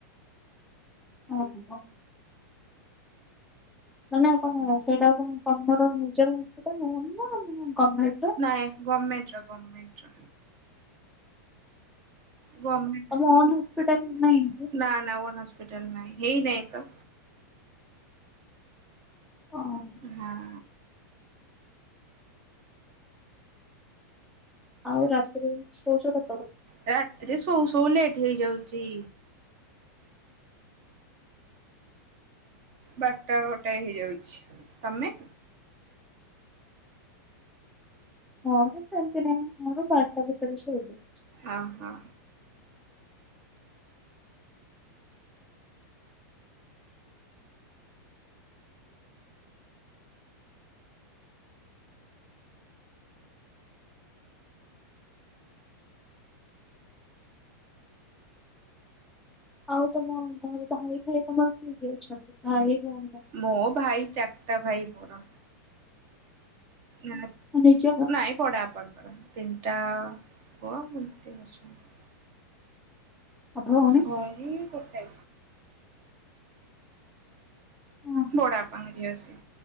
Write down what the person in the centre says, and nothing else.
ଓ ହୋ। ନା ନା କଣ ସେଇଟା କଣ ତମର ନିଜର ହସ୍ପିଟାଲ୍ ନାଁ ମାନେ ଗମ୍ହେ
ତମ
ଓନ୍ ହସ୍ପିଟାଲ ନାହିଁ କି?
ହଁ।
ଆଉ ରାତିରେ ସୋଉଚ କେତବେଳେ?
ହଁ ଯେ ସେମିତି ନାଇ ମୋର ବାରଟା ଭିତରେ ଶୋଇଯାଉଛି।
ଆଉ ତମ ଘରେ ଭାଇ ଫାଇ ତମର କିଏ କିଏ ଅଛନ୍ତି? ଭାଇ ଭୋଉଣି
ଅ ନିଜର।
ଆଉ ଭଉଣୀ
ହଁ,